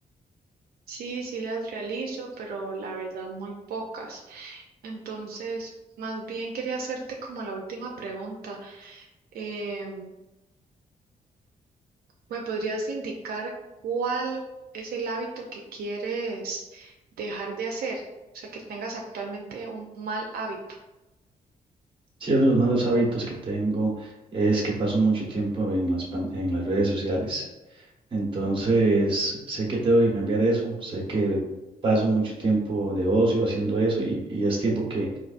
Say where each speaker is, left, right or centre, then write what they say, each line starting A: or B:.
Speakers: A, on the right; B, on the right.
A: Sí, sí las realizo, pero la verdad muy pocas. Entonces, más bien quería hacerte como la última pregunta. Em, ¿Me podrías indicar cuál es el hábito que quieres dejar de hacer? O sea, que tengas actualmente un mal hábito.
B: Sí, uno de los malos hábitos que tengo es que paso mucho tiempo en las, pan- en las redes sociales. Entonces, sé que tengo que cambiar eso, sé que paso mucho tiempo de ocio haciendo eso y, y es tiempo que